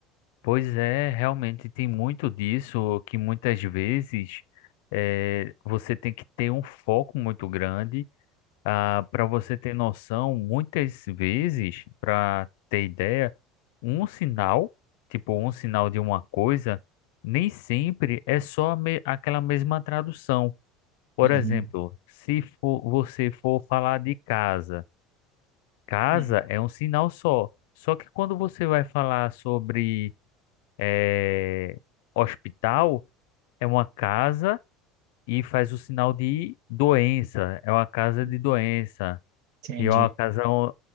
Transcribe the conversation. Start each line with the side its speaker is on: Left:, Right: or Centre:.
Left: Pois é, realmente tem muito disso que muitas vezes eh, você tem que ter um foco muito grande ah, para você ter noção. Muitas vezes, para ter ideia, um sinal, tipo um sinal de uma coisa, nem sempre é só a me- aquela mesma tradução. Por
Right: Uhum,
Left: exemplo, se for, você for falar de casa, casa
Right: uhum,
Left: é um sinal só. Só que quando você vai falar sobre é, hospital é uma casa e faz o sinal de doença. É uma casa
Right: uhum.
Left: de doença.
Right: Entendi.
Left: E é uma casa. on-